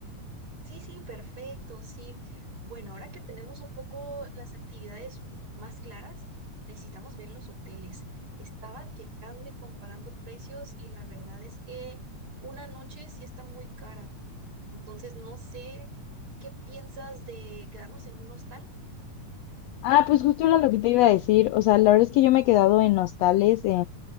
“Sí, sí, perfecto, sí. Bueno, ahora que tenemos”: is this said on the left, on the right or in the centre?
Right